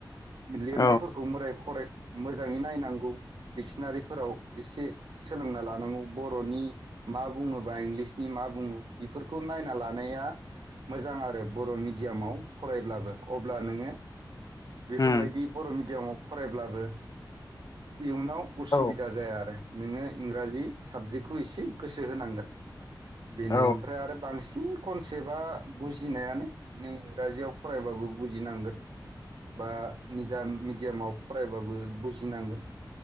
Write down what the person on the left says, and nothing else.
औ
उम
औ
औ